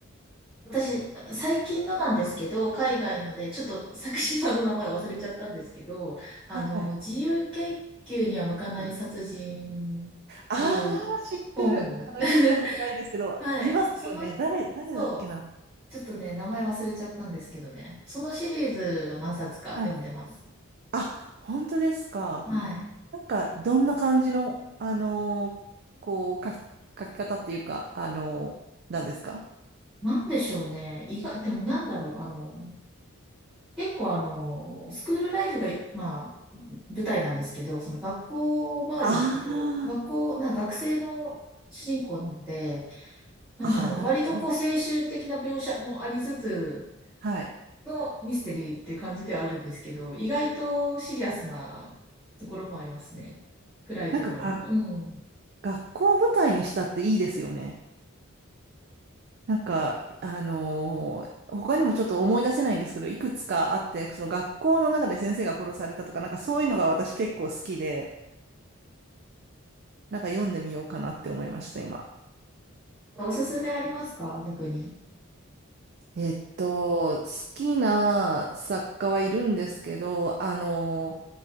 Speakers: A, in the centre; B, on the right.
A: 私、最近のなんですけど、海外ので、ちょっと作者さんの名前忘れちゃったんですけど、あの、
B: はい。
A: 自由研究には向かない殺人っていう本。
B: ああ、知ってる。あの、
A: <laughs>
B: 読んだことないんですけど、
A: はい。
B: いますよね。
A: その、
B: 誰、誰だっけな。
A: そう。ちょっとね、名前忘れちゃったんですけどね。そのシリーズは何冊か読んでます。
B: はい。あ、本当ですか。
A: はい。
B: なんか、どんな感じの、あのーこう、書き、書き方っていうか、あのーなんですか
A: なんでしょうね。意外、でもなんだろう。あの、結構あの、スクールライフが、まあ、舞台なんですけど、その学校周りのこと、
B: ああー、
A: 学校、なんか学生の主人公なので、なんだろう、
B: あーなるほど。
A: 割とこう青春的な描写もありつつ
B: はい。
A: のミステリーっていう感じではあるんですけど、意外とシリアスなところもありますね。暗いところも。
B: なんかが、
A: うん。
B: 学校を舞台にしたっていいですよね。なんか、あのー他にもちょっと思い出せないんですけど、いくつかあって、その学校の中で先生が殺されたとか、なんかそういうのが私結構好きで、なんか読んでみようかなって思いました、今。
A: おすすめありますか逆に。
B: えっと、好きな作家はいるんですけど、あの